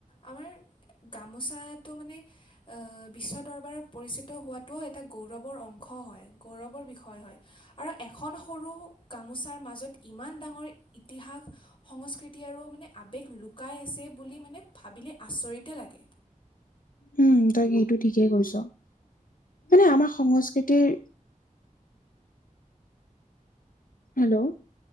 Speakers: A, on the left; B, on the left.
A: আমাৰ গামোচাটো মানে,,, বিশ্ব দৰবাৰত পৰিচিত হোৱাতটোও এটা গৌৰৱৰ অংশ হয়। গৌৰৱৰ বিষয় হয় আৰু এখন সৰু গামোচাৰ মাজত। ইমান ডাঙৰ ইতিহাস সংস্কৃতি আৰু মানে আৱেগ লুকাই আছে। বুলি মানে ভাবিলে আচৰিতে লাগে।
B: উমঁ তই সেইটো ঠিকে কৈছ মানে আমাৰ সংস্কৃতিৰ,,,, হেলৌ! '